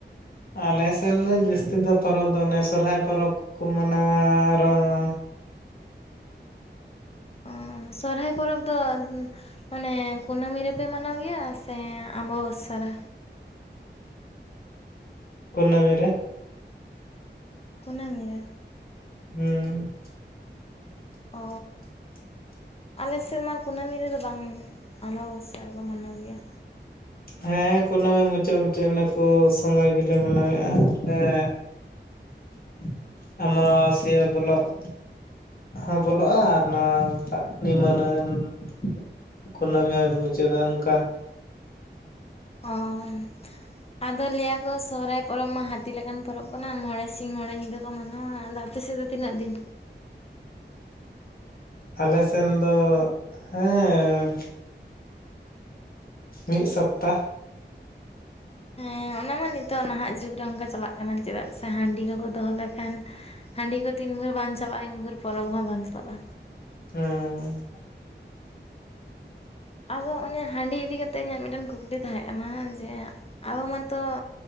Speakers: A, on the left; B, on the left.
A: ᱟᱞᱮ ᱥᱮᱱ ᱫᱚ ᱡᱟᱹᱥᱛᱤ ᱫᱚ ᱯᱚᱨᱚᱵᱽ ᱫᱚ ᱚᱱᱮ ᱥᱚᱨᱦᱟᱭ ᱯᱚᱨᱚᱵᱽ ᱠᱚᱠᱚ ᱢᱟᱱᱟᱣᱟ ᱟᱨᱦᱚᱸ ᱼᱼ
B: ᱚᱸ ᱥᱚᱨᱦᱟᱭ ᱯᱚᱨᱚᱵᱽ ᱫᱚ ᱼᱼ ᱢᱟᱱᱮ ᱠᱩᱱᱟᱹᱢᱤ ᱨᱮᱯᱮ ᱢᱟᱱᱟᱣ ᱜᱮᱭᱟ ᱥᱮ ᱟᱢᱵᱟᱵᱥᱥᱟ ᱨᱮ᱾
A: ᱠᱩᱱᱟᱹᱢᱤ ᱨᱮ
B: ᱠᱩᱱᱟᱹᱢᱤ ᱨᱮ
A: ᱦᱮᱸ <inaudible>
B: ᱚ ᱟᱞᱮ ᱥᱮᱫᱢᱟ ᱠᱩᱱᱟᱹᱢᱤ ᱨᱮᱫᱚ ᱵᱟᱝ ᱚᱢᱟᱵᱚᱥᱥᱟ ᱨᱮᱠᱚ ᱢᱟᱱᱟᱣ ᱜᱮᱭᱟ।
A: ᱦᱮᱸ ᱠᱩᱱᱟᱹᱢᱤ ᱢᱩᱪᱟᱹᱫ ᱢᱩᱪᱟᱹᱫ ᱤᱱᱟᱹ ᱠᱚ ᱥᱚᱢᱚᱭ ᱜᱮᱞᱮ ᱢᱟᱱᱟᱣᱮᱜᱼᱟ ᱟᱞᱮ ᱼᱼ ᱟᱢᱟᱵᱟᱥᱤᱭᱟᱹ ᱵᱚᱞᱚᱜ ᱼᱼ ᱦᱚᱸ ᱵᱚᱞᱚᱜᱼᱟ ᱟᱨ ᱱᱚᱣᱟᱴᱟᱜ ᱱᱤᱢᱟᱹᱱᱟᱹᱱ <unintelligible> ᱼᱼ ᱠᱩᱱᱟᱹᱢᱤ ᱦᱚᱸᱭ ᱢᱩᱪᱟᱹᱫᱟ ᱚᱱᱠᱟ᱾ <inaudible>
B: ᱚ ᱟᱫᱚ ᱞᱟᱹᱭᱟᱠᱚ ᱥᱚᱦᱚᱨᱟᱭ ᱯᱚᱨᱚᱵᱽ ᱢᱟ ᱦᱟᱹᱛᱤ ᱞᱮᱠᱟᱱ ᱯᱚᱨᱚᱵᱽ ᱠᱟᱱᱟ ᱢᱚᱬᱮ ᱥᱤᱧ ᱢᱚᱬᱮ ᱧᱤᱫᱟᱹ ᱠᱚ ᱢᱟᱱᱟᱣᱟ ᱟᱫᱚ ᱟᱯᱮᱥᱮᱫ ᱫᱚ ᱛᱤᱱᱟᱹᱜ ᱫᱤᱱ?
A: ᱟᱞᱮ ᱥᱮᱱ ᱫᱚ ᱦᱮ ᱢᱤᱜ ᱥᱚᱯᱛᱟ᱾
B: ᱦᱮ ᱚᱱᱟ ᱢᱟ ᱱᱤᱛᱚᱜ ᱱᱟᱦᱟᱜ ᱡᱩᱠᱽ ᱨᱮ ᱚᱱᱠᱟ ᱪᱟᱞᱟᱜ ᱠᱟᱱᱟ᱾ ᱪᱮᱫᱟᱜ ᱥᱮ ᱦᱟᱺᱰᱤ ᱠᱚᱠᱚ ᱫᱚᱦᱚ ᱞᱮᱠᱷᱟᱱ, ᱦᱟᱺᱰᱤ ᱠᱚ ᱛᱤᱱ ᱵᱷᱳᱨ ᱵᱟᱝ ᱪᱟᱵᱟᱜᱼᱟ ᱤᱱ ᱵᱷᱳᱨ ᱯᱚᱨᱚᱵᱽ ᱦᱚ ᱵᱟᱝ ᱪᱟᱵᱟᱜᱼᱟ᱾
A: ᱦᱩᱸ᱾
B: ᱟᱫᱚ ᱚᱱᱮ ᱦᱟᱺᱰᱤ ᱤᱫᱤ ᱠᱟᱛᱮᱜ ᱤᱧᱟᱹᱜ ᱢᱤᱫᱴᱮᱱ ᱠᱩᱠᱞᱤ ᱛᱟᱦᱮᱸ ᱠᱟᱱᱟ? ᱡᱮ ᱟᱵᱚ ᱢᱟᱛᱚ